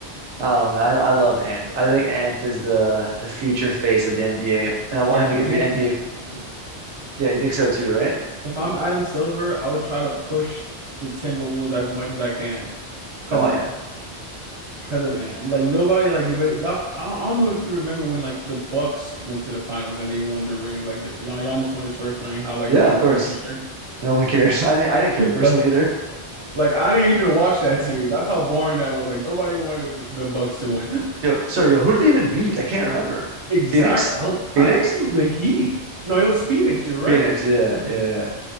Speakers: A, on the right (about 80°); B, on the right (about 40°).
A: I don't know, man. I, I love Ant. I think Ant is the the future face of the NBA, and I want
B: Yeah,
A: him to get to
B: Ant
A: the NBA.
B: is the future.
A: Yeah, you think so too, right?
B: If I'm Adam Silver, I would try to push the Timberwolves as much as I can because
A: Oh
B: of
A: yeah,
B: because of Ant. Like nobody like if it- like, I don't I don't know if you remember when like the Bucks went to the finals and they won the ring like the Gian- Giannis won his first ring how like
A: yeah,
B: nobody
A: of course.
B: cared. <laughs>
A: No one cares. <laughs> I didn't, I didn't care personally
B: Like
A: either.
B: like I didn't even watch that
A: <laughs>
B: series. That's how boring that was. Like nobody wanted the, the Bucks to win.
A: Yo,
B: <laughs>
A: so yo, who did they even beat? I can't remember.
B: Exactly.
A: Phoenix?
B: I, don't,
A: Phoenix?
B: I think it was the Heat. No, it was Phoenix. You're right.
A: Phoenix,
B: It was
A: yeah,
B: Phoenix.
A: yeah, yeah.